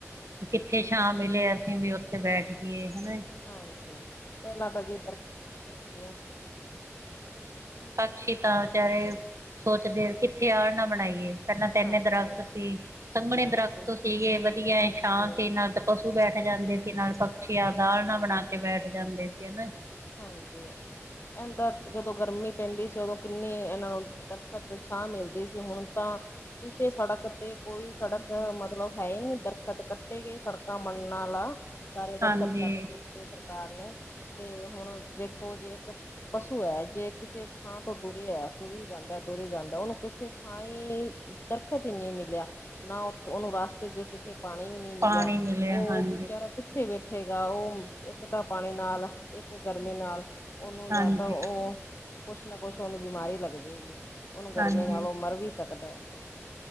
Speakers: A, on the right; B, on the left.
A: ਕਿੱਥੇ ਛਾਂ ਮਿਲੇ ਅਸੀਂ ਵੀ ਓੱਥੇ ਬੈਠ ਜਈਏ ਹੈਨਾ।
B: ਹਾਂਜੀ ਪੈਲਾਂ ਤਾਂ ਜੀ ਬੋਤ ਫਰਕ ਆ।
A: ਪਕਸ਼ੀ ਤਾਂ ਵਿਚਾਰੇ ਸੋਚਦੇ ਕਿੱਥੇ ਆਲਨਾ ਬਣਾਈਏ। ਪੈਲਾਂ ਤਾ ਇਨੇ
B: ਹਾਂਜੀ
A: ਦਰਖਤ ਸੀ ਸੰਘਣੇ
B: ਹਾਂਜੀ
A: ਦਰਖਤ ਸੀਗੇ ਵਧੀਆ
B: ਹਾਂਜੀ
A: ਛਾਂ ਸੀ ਨਾਲ ਦ ਪਸੂ ਬੈਠ ਜਾਂਦੇ ਸੀ ਨਾਲ ਪਕਸ਼ੀ ਆਪਦਾ ਆਲਣਾ ਬਣਾ ਕੇ ਬੈਠ ਜਾਂਦੇ ਸੀ ਹੈਨਾ
B: ਹਾਂਜੀ ਹੁਣ ਤਾਂ ਜਦੋਂ ਪੈਂਦੀ ਸੀ ਓਦੋਂ ਕਿੰਨੀ ਏਨਾਂ ਨੂੰ ਦਰਖਤ ਛਾਂ ਮਿਲਦੀ ਸੀ ਹੁਣ ਤਾਂ ਕਿਸੇ ਸੜਕ ਤੇ ਕੋਈ ਸੜਕ ਮਤਲਬ ਹੈ ਈ ਨੀ ਦਰਖਤ ਕੱਟੇਗੇ ਸੜਕਾਂ ਮਲਨਾ ਲਾ ਸਾਰੇ ਦਰਖਤ
A: ਹਾਂਜੀ
B: ਕੱਟ ਦਿੱਤੇ ਸਰਕਾਰ ਨੇ ਤੇ ਹੁਣ ਦੇਖੋ ਜੇ ਇੱਕ ਪਸੂ ਐ ਜੇ ਕਿਸੇ ਥਾਂ ਤੋਂ ਤੁਰੇਆ ਤੁਰੀ ਜਾਂਦਾ-ਤੁਰੀ ਜਾਂਦਾ ਓਨੂੰ ਕਿੱਥੇ ਥਾਂ ਈ ਦਰਖਤ ਈ ਨੀ ਮਿਲਿਆ ਨਾ ਓਨੂੰ ਰਾਸਤੇ ਚ ਕਿਤੇ ਪਾਨੀ ਨੀ ਮਿਲਿਆ
A: ਪਾਣੀ
B: ਓ
A: ਹਾਂਜੀ।
B: ਵੀ ਵਿਚਾਰਾ ਕਿੱਥੇ ਬੈਠੇਗਾ ਓ ਇੱਕ ਤਾਂ ਪਾਨੀ ਨਾਲ ਇੱਕ ਗਰਮੀ ਨਾਲ ਓਨੂੰ
A: ਹਾਂਜੀ
B: ਤਾਂ ਤਾਂ ਓ ਕੁਛ ਨਾ ਕੁਛ ਓਨੂੰ ਬਿਮਾਰੀ ਲੱਗ ਜੇਗੀ ਓ ਓਨੂੰ ਗਰਮੀ
A: ਹਾਂਜੀ।
B: ਨਾਲ ਓ ਮਰ ਵੀ ਸਕਦਾ।